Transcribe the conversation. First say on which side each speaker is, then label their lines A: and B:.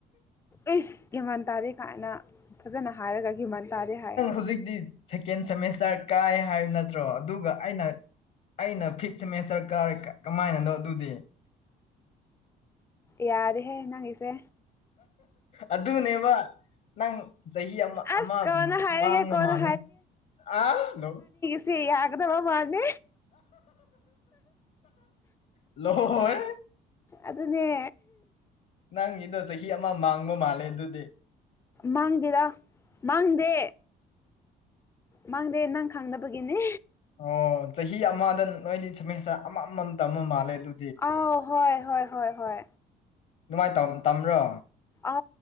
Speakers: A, on the left (about 15°); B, on the left (about 60°).
A: ꯑꯩꯁ ꯒ꯭ꯌꯥꯟ ꯃꯟ ꯇꯥꯗꯦ ꯀꯥꯏꯅ ꯐꯖꯅ ꯍꯥꯏꯔꯒ ꯒ꯭ꯌꯥꯟ ꯃꯟ ꯇꯥꯗꯦ ꯍꯥꯏꯌꯦ
B: ꯍꯨꯖꯤꯛꯇꯤ ꯁꯦꯀꯦꯟ ꯁꯦꯃꯦꯁꯇ꯭ꯔ ꯀꯥꯏ ꯍꯥꯏꯕ ꯅꯠꯇ꯭ꯔꯣ ꯑꯗꯨꯒ ꯑꯩꯅ ꯑꯩꯅ ꯐꯤꯞ ꯁꯦꯃꯤꯁꯇ꯭ꯔ ꯀꯥꯔꯦ ꯀꯃꯥꯏꯅꯅꯣ ꯑꯗꯨꯗꯤ
A: ꯌꯥꯔꯦꯍꯦ ꯅꯪꯒꯤꯁꯦ꯫
B: ꯑꯗꯨꯅꯦꯕ ꯅꯪ ꯆꯍꯤ ꯑꯃ
A: ꯑꯁ
B: ꯑꯃ
A: ꯀꯣꯟꯅ ꯍꯥꯏꯔꯒꯦ
B: ꯃꯥꯡꯉ
A: ꯀꯣꯟꯅ
B: ꯃꯥꯟꯅꯦ ꯑꯁ ꯅꯣꯛ
A: ꯁꯤ ꯌꯥꯒꯗꯕ ꯃꯥꯟꯗꯦ꯫
B: ꯂꯣꯏ
A: ꯑꯗꯨꯅꯦ
B: ꯅꯪꯒꯤꯗꯣ ꯆꯍꯤ ꯑꯃ ꯃꯥꯡꯕ ꯃꯥꯜꯂꯦ ꯑꯗꯨꯗꯤ꯫
A: ꯃꯥꯡꯗꯦꯗ ꯃꯥꯡꯗꯦ꯫ ꯃꯥꯡꯗꯦ ꯅꯪ ꯈꯪꯗꯕꯒꯤꯅꯦ
B: ꯑꯣ ꯆꯍꯤ ꯑꯃꯗ ꯅꯣꯏꯗꯤ ꯁꯦꯃꯤꯁꯇꯔ ꯑꯃ ꯃꯝ ꯇꯝꯕ ꯃꯥꯜꯂꯦ ꯑꯗꯨ
A: ꯑꯧ ꯍꯣꯏ ꯍꯣꯏ ꯍꯣꯏ ꯍꯣꯏ꯫
B: ꯗꯨꯃꯥꯏ ꯇꯝ ꯇꯝꯕ꯭ꯔꯣ
A: ꯑ